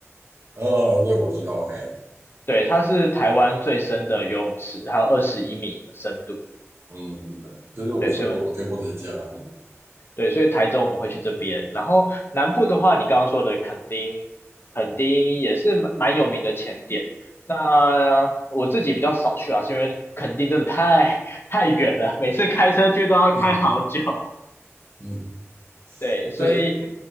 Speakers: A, on the right; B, on the left.
A: 哦，对，我知道，哎，
B: 对，它是台湾最深的游泳池，它有二十一米的深度。
A: 嗯，嗯嗯就是我是我我听过这一家，
B: 对，所以
A: 嗯
B: 对，所以台中我们会去这边，然后南部的话，你刚刚说的垦丁，垦丁也是蛮蛮有名的潜点。那我自己比较少去啊，是因为垦丁真的太太远了，每次开车去都要开好久。
A: 嗯，嗯
B: 对，所以
A: 对，